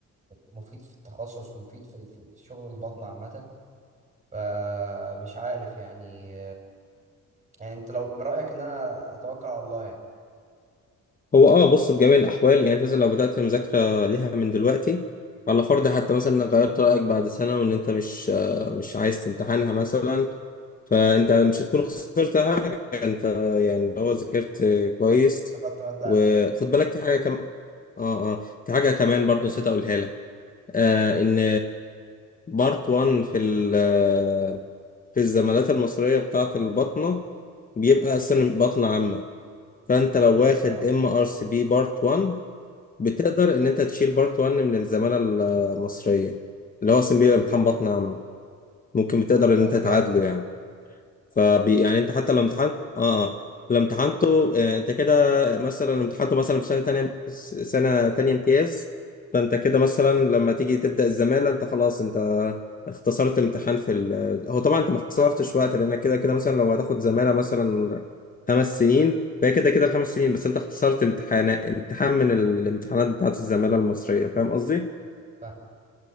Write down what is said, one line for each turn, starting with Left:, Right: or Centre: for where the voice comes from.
Right: مفيد في التخصص ومفيد في ال- في شغل البطن عامه فمش عارف يعني يعني انت لو من رايك ان انا اتوكل على الله يعني
Left: هو اه بص في جميع الاحوال يعني انت مثلا لو بدات مذاكره ليها من دلوقتي على فرض حتى مثلا انك غيرت رايك بعد سنه وان انت مش آه، مش عايز تمتحنها مثلا فانت مش هتكون خسرت حاجه انت يعني لو ذاكرت كويس
Right: استفدت ماده
Left: وخد
Right: علميه
Left: بالك في حاجه كمان اه اه في حاجه كمان برضو نسيت اقولها لك آه ان بارت 1 في ال آه، في الزمالات المصريه بتاعه البطنه بيبقى اصلا بطنه عامه فانت لو واخد
Right: اه
Left: ام ار سي بي بارت 1 بتقدر ان انت تشيل بارت 1 من الزمالة المصرية اللي هو اصلا بيبقى امتحان بطن عام ممكن بتقدر ان
Right: طب
Left: انت تعادله
Right: جامد
Left: يعني فبي يعني انت حتى لو امتحنت اه اه لو امتحنته آه، انت كده مثلا لو امتحنته مثلا في سنه تانية سنه تانية امتياز فانت كده مثلا لما تيجي تبدا الزماله انت خلاص انت اختصرت امتحان في ال... هو طبعا انت ما اختصرتش وقت لانك كده كده مثلا لو هتاخد زماله مثلا خمس سنين فهي كده كده الخمس سنين بس انت اختصرت امتحان امتحان من الامتحانات بتاعت الزماله المصريه
Right: امم
Left: فاهم قصدي؟
Right: فاهم